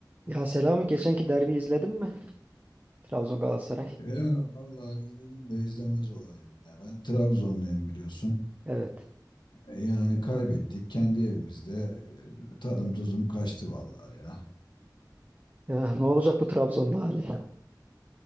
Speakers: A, on the right; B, on the left.
A: Ya Selami geçenki derbi izledin mi? Trabzon Galatasaray.
B: Ya vallahi izledim de izlemez olaydım ya. Ben Trabzonluyum biliyorsun.
A: Evet.
B: E, Yani kaybettik kendi evimizde. E, Tadım tuzum kaçtı vallahi ya.
A: Ya ne olacak bu Trabzon'un hali?